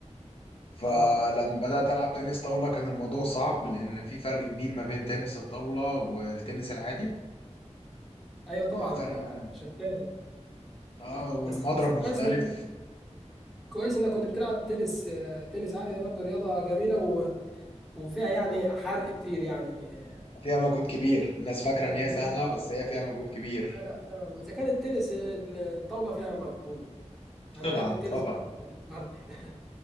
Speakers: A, on the left; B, in the centre.
A: فلما
B: أه
A: بدأت ألعب تنس طاولة كان الموضوع صعب لأن في فرق كبير ما بين تنس الطاولة والتنس العادي
B: أيوه طبعا
A: فرق
B: آه،
A: من-
B: عشان كده
A: اه
B: بس
A: والمضرب
B: بس بس
A: مختلف
B: كويس إنك كويس إنك كنت بتلعب تنس آه، تنس عادي ده برضه رياضة جميلة و- وفيها يعني حرق كتير يعني آه،
A: فيها مجهود كبير الناس فاكرة إن
B: مجهود
A: هي سهلة
B: أه
A: بس هي فيها مجهود كبير
B: لا لا فعلا إذا كان التنس ال- الطاولة فيها مجهود
A: <laughs>
B: ما
A: طبعا
B: بالك بالتنس
A: طبعا
B: بقى النهارده <laughs>